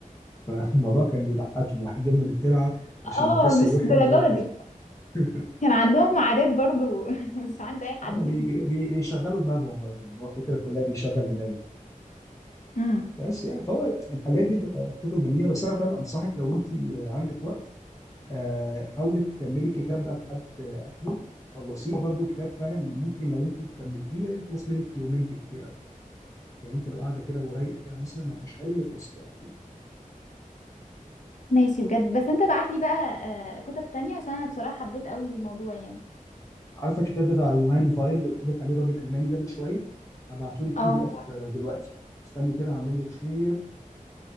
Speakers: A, on the left; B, on the left.
A: فالموضوع كان بيضحكني واحد جبنا بالترعه عشان
B: اه
A: نكسل
B: مش
A: يروح
B: الدرجات
A: يملى ميه نظيفه
B: دي
A: <laughs>
B: كان عندهم عادات برضو <laughs> مش عند أي حد
A: آه، بي- بي- بي- بيشغلوا دماغهم برضه يعني هو الفكره كلها بيشغل دماغه
B: امم
A: بس يعني فهو الحاجات دي بتبقى كتب جميله بس انا فعلا انصحك لو انت عندك وقت آه، حاولي تكملي الكتاب ده لحد آه، اخره خلصيه برضو كتاب فعلا ممكن لو انت كملتيه يخلص منك في يومين بالكتير قوي يعني انت لو قاعده كده ورايقه كده مثلا ما فيش حاجه يخلص في يوم
B: ماشي بجد بس انت بعت لي بقى آه، كتب تانية عشان انا بصراحة حبيت قوي الموضوع يعني
A: عارفه الكتاب بتاع يوهان فايل اللي قلت لك عليه الراجل الالماني ده من شويه هبعتهولك
B: اه
A: بي دي اف دلوقتي استني كده هعمل لك شير